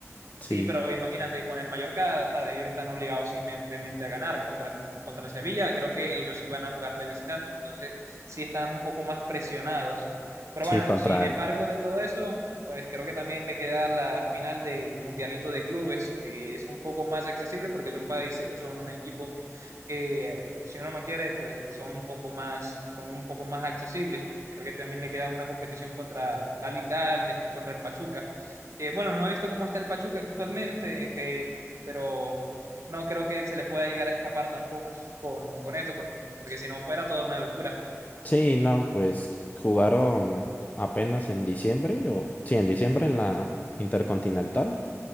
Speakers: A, on the left; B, on the right.
A: sí,
B: Sí, pero imagínate, con el Mallorca, o sea, ellos están obligados simplemente a ganar contra el, contra el Sevilla. Creo que ellos sí van a jugar de visitantes, entonces sí están un poco más presionados. Pero
A: sí,
B: bueno,
A: contra
B: sin embargo
A: el,
B: de todo eso, pues creo que también le queda la final del Mundialito de Clubes, que es un poco más accesible porque son países, son equipos que si uno no quiere, pues son un poco más, son un poco más accesibles. Creo que también le queda una competición contra el Al Hilal, después contra el Pachuca. Eh, bueno, no he visto cómo está el Pachuca actualmente, eh, pero no creo que se le pueda llegar a escapar tampoco con, con esto, por- porque si no fuera toda una locura.
A: Sí, no, pues jugaron apenas en diciembre, o sí, en diciembre en la Intercontinental.